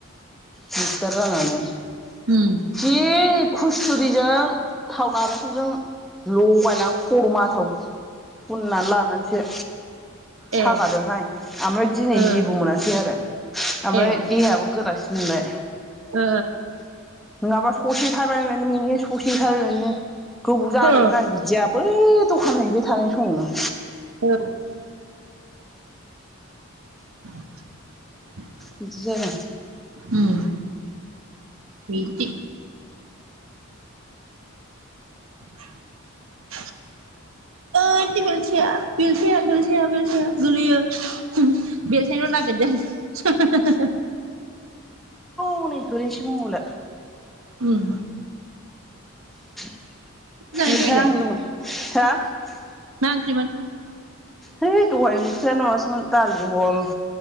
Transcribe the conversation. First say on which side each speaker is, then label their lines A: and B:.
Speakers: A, in the centre; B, on the right.
A: दिगदार जानानै
B: उम
A: जि खुस्थु'रिजों थाव नारेंखलजों लगायना खर' माथाव फुननानै लानानैसो
B: ए
A: सागादोंहाय ओमफ्राय दिनै
B: ओ
A: जेबो मोनासै आरो ओमफ्राय
B: ए
A: देहायाबो गोरासिन मोनबाय
B: ओ
A: नङाबा ससे थाबाय बानो मेङो ससे थाबाय बानो गोबाव जाबायमोन
B: ओ
A: आरो बिदिया बै द'खान हैबाय थानाय समावनो
B: ओ <inaudible>
A: बिदि जादों
B: उम बिदि <inaudible> ओ दि बेलथिया बेलथाया बेलथाया बेलथाया गोलैयो <unintelligible> बेलथायनोल' नागिरदों <unintelligible>
A: हनै गोलैसै मबायला
B: उम
A: <unintelligible>
B: जानाय दहायलाय मा ओंख्रिमोन।
A: है दहाय ओंख्रियानो माबासोमोन दालि जहल।